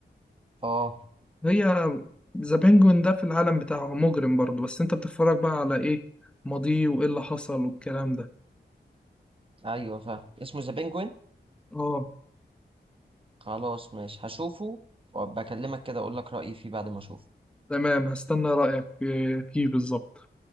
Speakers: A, on the right; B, in the centre.
A: اه
B: هي ذا بينجوين ده في العالم بتاعه مجرم برضه بس انت بتتفرج بقى على ايه ماضيه وايه اللي حصل والكلام ده
A: ايوه فاهم اسمه ذا بينجوين
B: اه
A: خلاص ماشي هشوفه وابقى اكلمك كده اقول لك رأيي فيه بعد ما اشوفه
B: تمام هستنى رأيك في- فيه بالظبط